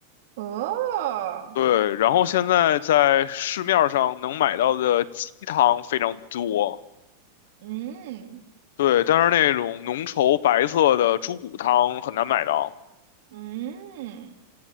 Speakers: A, on the right (about 60°); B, on the left (about 65°).
A: 哦，
B: 对，然后现在在市面上能买到的鸡汤非常多，
A: 嗯
B: 对，但是那种浓稠白色的猪骨汤很难买到。
A: 嗯，